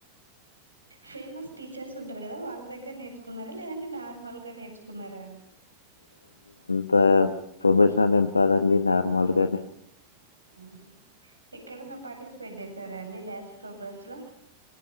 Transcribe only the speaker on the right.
ఫేమస్ టీచర్స్ ఉంటారు కదా వాళ్ళ దగ్గర నేర్చు కున్నార లేదంటే నార్మల్ గా నేర్చుకున్నారా
ఆహా ఎక్కడన్నా పార్టిసిపేట్ చేశార్ అండి డ్యాన్స్ ప్రోగ్రామ్స్ లా